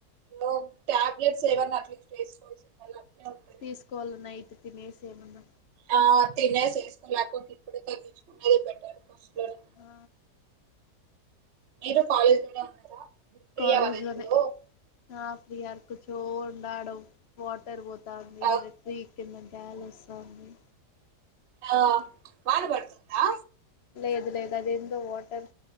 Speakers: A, on the right (about 50°); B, on the left (about 55°).
A: ఓహ్ టాబ్లెట్స్ ఏవన్నా అట్లా వేసుకోవాల్సిన అట్లనే ఉంది
B: తీసుకోవాల నైట్ తినేసి ఏమన్నా
A: ఆ తినేసి వేసుకోలేకుండా ఇప్పుడే తగ్గించుకునేది బెటర్ మ్
B: ఆ
A: మీరు కాలేజ్లోనే ఉన్నారా? ఫ్రీ
B: కాలేజ్
A: అవ్వాలి ఇప్పుడు
B: లోనే ఆ ఫ్రీయర్కోచ్చు రోడ్ ఆడోన్ వాటర్ పోతాంది
A: ఆ
B: రెడ్ ట్రీ కింద గ్యాలెట్స్ అన్ని.
A: ఆ వాన పడుతుందా?
B: లేదు లేదు అది ఎందో వాటర్